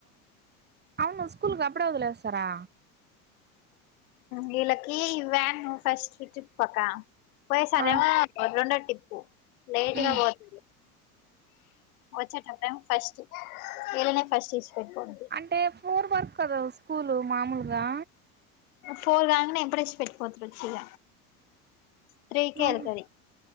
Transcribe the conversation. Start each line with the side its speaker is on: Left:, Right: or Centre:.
Right: అవును స్కూలు అప్పుడే వదిలేస్తారా
Left: వీళ్ళకి ఇవ్యాను ఫస్ట్ ట్రిప్ అక్క పోయ్నా సరేమో
Right: ఆ
Left: రెండో టిప్పు లేట్గా
Right: హ్మ్
Left: పోతుంది వచ్చేటప్పుడేమో ఫస్ట్ వీళ్లనే ఫస్ట్ విడిచి పెట్టి పోతుంది
Right: అంటే ఫ్లోర్ వర్కి కదా స్కూలు మామూలుగా
Left: పోర్గాంగ్నే ఇప్పుడ్ ఇడిచి పెట్ పోతురుచ్చ ఇగ త్రీ కే
Right: ఆహా!
Left: వెళ్తుంది